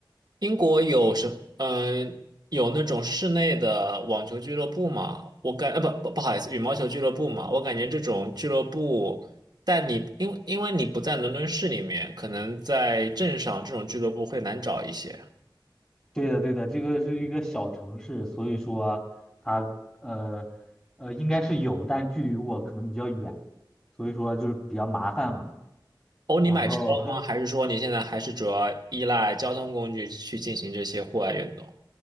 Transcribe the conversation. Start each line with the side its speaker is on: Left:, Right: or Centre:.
Right: 英国有什嗯、有那种室内的网球俱乐部吗？我感呃不不不好意思，羽毛球俱乐部嘛，我感觉这种俱乐部，但你因为因为你不在伦敦市里面，可能在镇上这种俱乐部会难找一些。
Left: 对的，对的，这个是一个小城市，所以说它呃呃应该是有，但距离我可能比较远，所以说就是比较麻烦嘛。
Right: 哦，你买车了吗？
Left: 然后 <laughs>
Right: 还是说你现在还是主要依赖交通工具去进行这些户外运动，